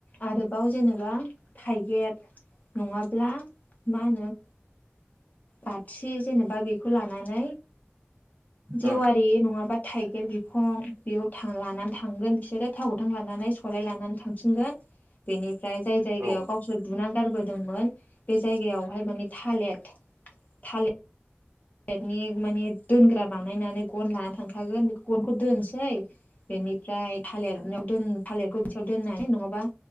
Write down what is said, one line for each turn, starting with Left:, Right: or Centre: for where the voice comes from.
Left: आरोबाव जेनेबा थाइगिर नङाब्ला मा होनो बाथि जेनेबा बेखौ लानानै जेवारि
Right: ओं
Left: नङाबा थाइगिर बिखं बेयाव था लानानै थांगोन बिसोरो थाव गोथां लानानै सलाय लानानै थांफिनगोन। बेनिफ्राय जाय जायगायाव
Right: औ ओं
Left: गावसोर बुना गारबोदोंमोन बे जायगायावहाय माने थालेर थालिर नि माने दोनग्रा बानायनानै गन लाना थांखागोन बेखौ गनखौ दोनोसै बेनिफ्राय थालिरनि आव दोन थालिरखौ बिसेयाव दोननानै नङाबा